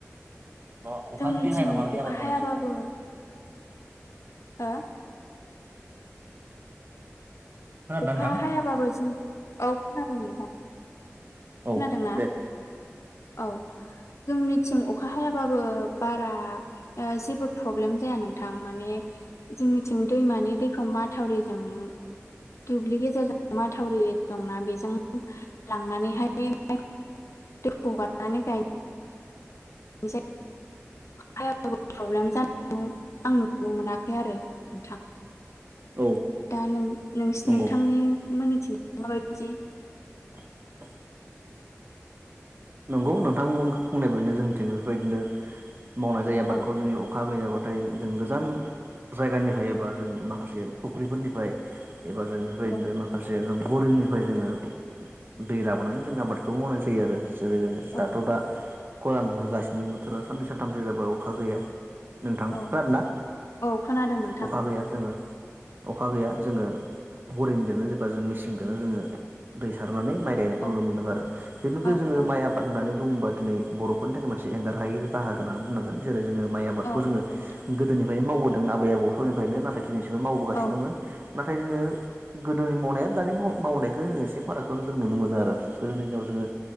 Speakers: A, on the right; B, on the left.
A: बा अखा
B: जोंनिथिं
A: जुदि हायाबा माबायदि
B: अखा
A: आबाद मावनाय
B: हायाबाबो
A: जायो
B: हो
A: खोनादोंना
B: अखा
A: नोंथां
B: हायाबाबो जों औ खोनादों नोंथां।
A: औ
B: खोनादोंना
A: दे
B: औ। जोंनिथिं अखा हायाबाबो बारा जेबो प्रब्लेम जाया नोंथां माने जोंनिथिं दैमानि दैखौ माथावरिजों दुब्लि गेजेरजों माथावरि दंना बेजों लांनानैहाय <unintelligible> <inaudible> अखा हायाबाबो प्रब्लेम जानाय आं नुनो मोनाखै आरो नोंथां।
A: औ
B: दा नों नोंसि
A: नंगौ
B: नोंथांनि मोननिथिं माबायदि
A: <inaudible> नंगौ नोंथांमो बुंनाय बायदिनो जोंनिथिं बेफोरबायदिनो मावनाय जायो आबादखौ
B: औ
A: जोंनि अखा गैयाबा थाय जों गोजान जायगानिफ्राय एबा जों माखासे फुख्रिफोरनिफ्राय एबा जों बेफोरबायदिनो
B: औ
A: माखासे जों बरिंनिफाय जोङो दै लाबोनानै जों आबादखौ मावनाय जायो आरो। जेरै जोङो
B: औ
A: दाथ दा खरान होगासिनो बोथोरा साननै सानथामसो जाबाय अखा गैया। नोंथां
B: औ
A: खोनादों ना?
B: औ खोनादों नोंथां
A: अखा गैया जोङो अखा गैया जोङो बरिंजोंनो जेनेबा जों मेसिनजोंनो जोङो दै सार सारनानै माइ गायनायखौ
B: औ
A: नुनो मोनदों आरो। जोङो
B: औ औ
A: माइ आबाद होननानै बुङोबा दिनै बरफोरनि थाखाय मोनसे एंगार हायै बाहागो होननानै बुंनांगोन जेरै जोङो माइ आबादखौ
B: औ
A: जोङो
B: नंगौ नोंथां
A: गोदोनिफायनो मावबोदों आबै आबौ समनिफायनो नाथाय दिनैसिमबो मावबोगासिनो
B: औ
A: दङ नाथाय जोङो गोदोनि मावनाय दानि माव मावनायखौ जों एसे फारागखौ जों नुनो मोनो आरो गोदोनि दिनाव जोङो